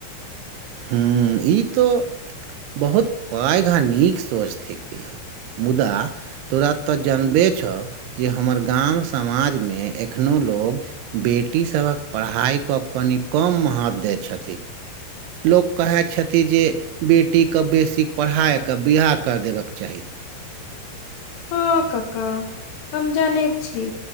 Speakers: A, on the right (about 80°); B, on the left (about 80°).
A: ह ई तो बहुत पैघा नीक सोच थिक या मुदा तुरात जनबे छौ जे हमर गाम समाजमे एखनो लोग बेटीसभक पढ़ाइक कनि कम महत्त्व दैत छथिन लोक कहै छथिन जे बेटीकेँ बेसी पढ़ायकऽ बिआह करि देबयक चाही
B: हँ कका हम जनैत छी